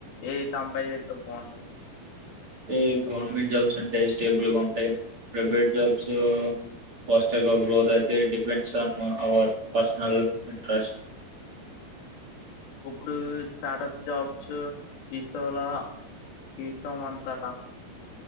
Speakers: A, on the left; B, on the right.
A: ఏవి కంపేర్ చేస్త బాగుంటది
B: టె గవర్నమెంట్ జాబ్స్ అంటే స్టేబుల్ గా ఉంటాయి ప్రైవేట్ జాబ్స్ ఫాస్ట్ గా గ్రోత్ అయితే it depends on our personal interest
A: ఇప్పుడు స్టార్టప్ జాబ్స్ తీసుకోలా తీస్తోకోమంటారా